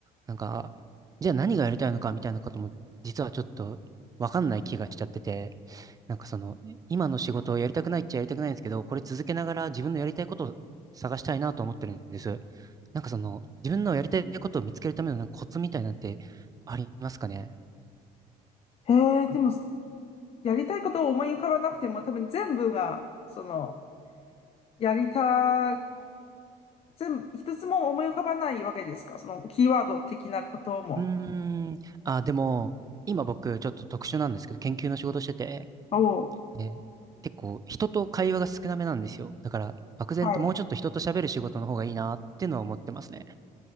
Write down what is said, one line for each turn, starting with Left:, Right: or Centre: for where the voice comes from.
Right: なんか、じゃあ何がやりたいのかみたいなことも、実はちょっとわかんない気がしちゃってて、なんかその、今の仕事をやりたくないっちゃやりたくないんですけど、これ続けながら自分のやりたいことを探したいなと思ってるんです。なんかその、自分のやりたいことを見つけるためのなんかコツみたいなんてありますかね
Left: へえ、でも、やりたいことを思い浮かばなくても、多分全部が、その、やりた、全部、一つも思い浮かばないわけですかその、キーワード的なことも。
Right: うーん。あ、でも、今僕、ちょっと特殊なんですけど、研究の仕事してて、
Left: おう、
Right: で、結構、人と会話が少なめなんですよ。だから、漠然ともうちょっと人と喋る仕事の方がいいなっていうのは思ってますね。
Left: はい。